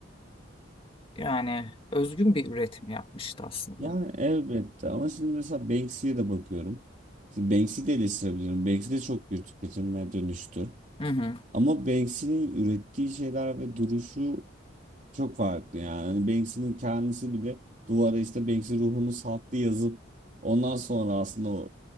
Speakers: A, on the left; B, on the right.
A: yani özgün bir üretim yapmıştı aslında.
B: Yani elbette ama şimdi mesela Banksy'ye de bakıyorum. Şimdi Banksy'yi de eleştirebilirim. Banksy de çok bir tüketilmeye dönüştü.
A: Hı hı.
B: Ama Banksy'nin ürettiği şeyler ve duruşu çok farklı yani. Hani Banksy'nin kendisi bile duvara işte Banksy ruhunu sattı yazıp ondan sonra aslında o